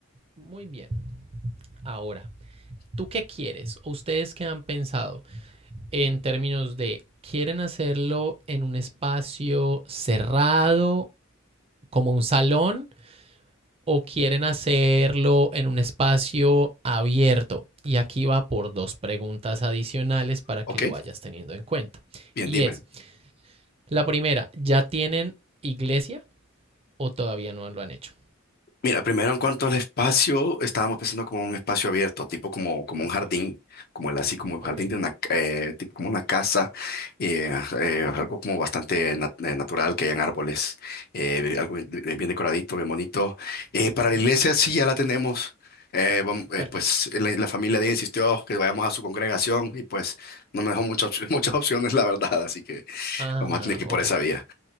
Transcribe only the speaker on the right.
Muy bien. Ahora, ¿Tú qué quieres o ustedes qué han pensado en términos de quieren hacerlo en un espacio cerrado como un salón o quieren hacerlo en un espacio abierto? Y aquí va por dos preguntas adicionales para que
lo vayas teniendo en cuenta.
Y
es, la primera, ¿ya tienen iglesia o todavía no lo han hecho?
Ok,
ok,
ok,
perfecto.
Ah,
ok,